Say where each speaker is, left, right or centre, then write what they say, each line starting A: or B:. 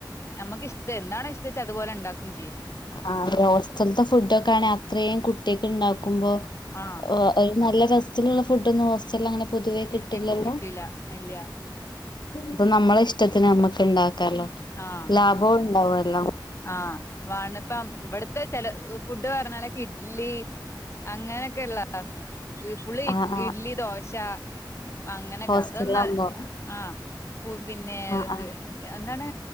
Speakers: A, on the left; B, on the left.
A: ഞമക്ക് ഇഷ്ടം എന്താണോ ഇഷ്ടച്ച അതുപോലെ ണ്ടാക്കും ചെയ്യാ
B: ആഹ് ഹോസ്റ്റൽത്തെ ഫുഡോക്കെ ആണേ അത്രേം കുട്ടിക് ണ്ടാക്കുമ്പോ
A: ആഹ്
B: ഓ. ഒര് നല്ല രസ്‌ത്ത്ല്ള്ള ഫുഡോന്നും ഹോസ്റ്റൽലങ്ങനെ പൊതുവേ കിട്ട്ല്ലല്ലോ?
A: കിട്ടി കിട്ടില്ല ഇല്ല
B: പ്പൊ നമ്മളെ ഇഷ്ടത്തിന് നമ്മക്ക് ണ്ടാക്കാല്ലോ
A: ആഹ്
B: ലാഭൊണ്ടാവോ ലൊ
A: ആഹ് വാണ് ഇപ്പ ഇവിടുത്തെ ചെല ഫുഡ് പറഞ്ഞാലൊക്കെ ഇഡ്ലി അങ്ങനൊക്കെള്ളാ ഫുളള് ഇ
B: ആ ആ
A: ഇഡ്ലി ദോശ അങ്ങനെയൊക്കെ
B: ഹോസ്റ്റലാകുമ്പോ
A: അതൊന്നാ ആഹ് പിന്നെ
B: ആ
A: ഇത്
B: ആ
A: എന്താണ്